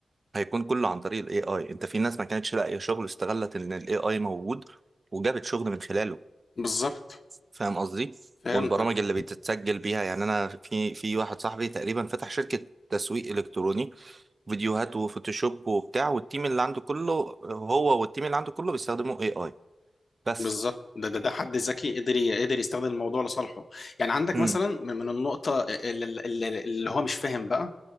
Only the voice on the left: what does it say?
بالظبط
فهمتك
بالظبط ده ده ده حد ذكي قدر ي- قدر يستخدم الموضوع لصالحه يعني عندك
مثلا من من النقطة اللي, اللي اللي هو مش فاهم بقى